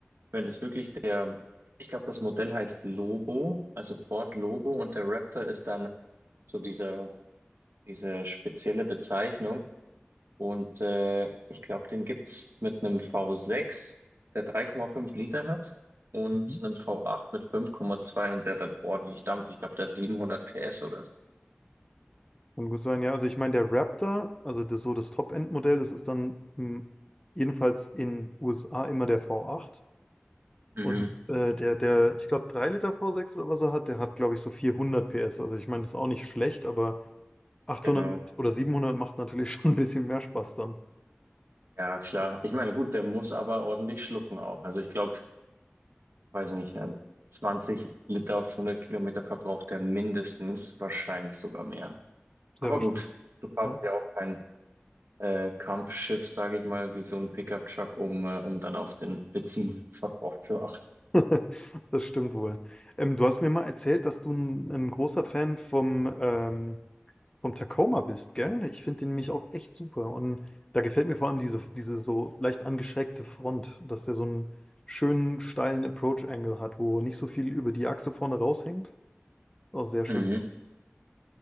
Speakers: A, on the right; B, on the left.
A: Wenn das wirklich der, ich glaube, das Modell heißt Lobo, also Ford Lobo und der Raptor ist dann so diese, diese spezielle Bezeichnung. Und äh, ich glaube, den gibt's mit einem V6, der 3,5 Liter hat und
B: Mhm.
A: einem V8 mit 5,2 und der dann ordentlich dampft. Ich glaube, der hat 700 PS oder so.
B: Kann gut sein, ja. Also ich meine, der Raptor, also das so das Top-End-Modell, das ist dann hm, jedenfalls in USA immer der v Acht
A: Mhm.
B: Und äh, der, der, ich glaube, 3 Liter v sechs oder was er hat, der hat, glaube ich, so 400 PS. Also ich meine, das ist auch nicht schlecht, aber achthundert
A: Genau.
B: oder 700 macht natürlich <laughs> schon ein bisschen mehr Spaß dann.
A: Ja, klar. Ich meine, gut, der muss aber ordentlich schlucken auch. Also ich glaube, weiß ich nicht, also 20 Liter auf 100 Kilometer verbraucht er mindestens, wahrscheinlich sogar mehr. Aber
B: Sehr wahrscheinlich.
A: gut, du kaufst
B: Ja.
A: ja auch kein äh, Kampfschiff, sage ich mal, wie so ein Pickup-Truck, um, äh, um dann auf den Benzinverbrauch zu achten.
B: <laughs> Das stimmt wohl. Ähm, du hast mir mal erzählt, dass du ein, ein großer Fan vom, ähm, vom Tacoma bist, gell? Ich finde den nämlich auch echt super. Und da gefällt mir vor allem diese, diese so leicht angeschrägte Front, dass der so einen schönen, steilen Approach-Angle hat, wo nicht so viel über die Achse vorne raushängt. Auch sehr schön.
A: Mhm.